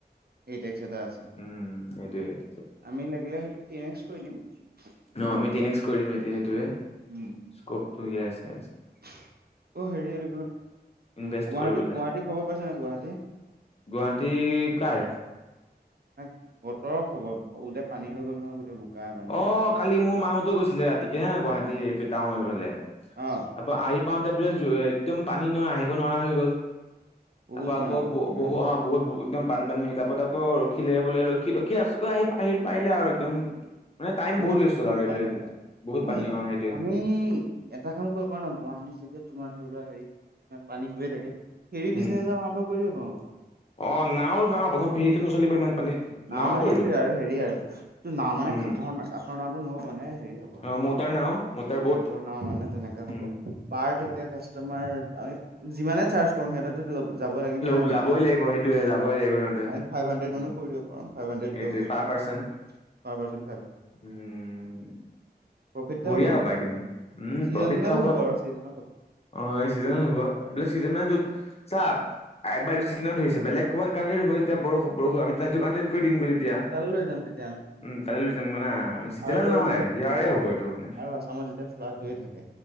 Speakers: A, on the right; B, on the left.
A: এইট এক্স এটা আছে
B: উম, এইটোৱেই।
A: আমি লাগিলে সেইটো টেন এক্স কৰি দিম। একো
B: অ',
A: নাই
B: আমি টন এক্স কৰি দিম, সেইটো সেইটোৱে
A: উম
B: স্ক'পটো যে আছে।
A: অ', হেৰি <unintelligible> উম'
B: ইনভেষ্ট
A: গুৱাহাটী
B: কৰিবলে
A: গুৱাহাটী খবৰ পাইছা নাই গুৱাহাটী।
B: গুৱাহাটী কাৰ?
A: <unintelligible> বতৰৰ খবৰ, গোটেই পানী হৈ গ'ল নহয় গোটেই পানী
B: অ',
A: হৈ গ'ল
B: কালি মোৰ মাহঁতো গৈছিলে ৰাতি <unintelligible> গুৱাহাটী, <unintelligible> টাউনৰ ফালে।
A: অ'।
B: তাৰপৰা আহি পাওঁতে বোলে, একদম পানী নহয় আহিব নোৱাৰা হৈ গ'ল।
A: বহুত
B: তাৰপৰা
A: মানে
B: আকৌ
A: তাত
B: ব-বহু
A: কিবা
B: বহুত একদম বানপানী হল, তাৰপত আকৌ ৰখিলে বোলে ৰখি ৰখি আছো আহি আহি পাৰিলে আৰু একদম মানে টাইম
A: বহুত
B: ৱেষ্ট
A: বহুত
B: হ'ল আৰু এইটোৱে
A: পানী বোলে,
B: বহুত
A: উই
B: পানী অ সেইটোৱে
A: আমি এটা কাম কৰিব পাৰো ন' গুৱাহাটী যেতিয়া তোমাৰ ধৰি লোৱা হেৰি পানী হৈয়ে থাকে হেৰি
B: উম
A: বিজনেছ এটা আৰম্ভ কৰি দিব পাৰু।
B: অ', নাও, নাও প্ৰথম ফেৰীটো নচলিব ইমান পানীত।
A: নাও মানে
B: কৰি
A: সেইটোৱে,
B: দিওঁ
A: আৰু হেৰি আৰু। এইটো নাও মানে,
B: উম
A: কাঠৰ-কাঠৰ নাওটো নহ'ব মানে হেৰি হ'ব আৰু
B: অ মটাৰ নাও মটাৰ বোট
A: মটৰ নাও মানে তেনেকা হ'ব।
B: উম
A: পাৰ' তেতিয়া কাচটোমাৰ আমি যিমানেই চাৰ্জ কৰো সিঁহতেতো যাব লাগিব
B: লব
A: নাই ডিউটি-চিউটি,
B: যাবই লাগিব সেইটোয়ে যাবই লাগিব সিহঁতে
A: আমি ফাইভ হানড্ৰেড
B: উম
A: মানো কৰি দি ফাইভ হাড্ৰেড
B: এইটোৱে
A: দিয়ক বুলি
B: পাৰ
A: ক'ম,
B: পাৰ্চন
A: পাৰ' পাৰচোন <unintelligible>
B: উম
A: প্ৰফিটো
B: বঢ়িয়া
A: হ'ব কিন্তু,
B: উপায় উম
A: চিজনৰ
B: প্ৰফিট এটা
A: টাইমত হ'ব আৰু চিজনত হ'ব।
B: অ', এই চিজনত হ'ব চিজনে য'ত ছা <unintelligible> বেলেগ <unintelligible> কৰি দিমগৈ তেতিয়া।
A: তালৈ লৈ যাম তেতিয়া আমি।
B: উম, তালৈ লৈ যাম <unintelligible> না আমি চিজনেল
A: আৰু তো
B: নহয়
A: এইবিলাক
B: ইয়াৰে
A: আৰু
B: হ'ব এইটো মানে।
A: আছামত যেতিয়া ফ্লাড হৈয়ে থাকে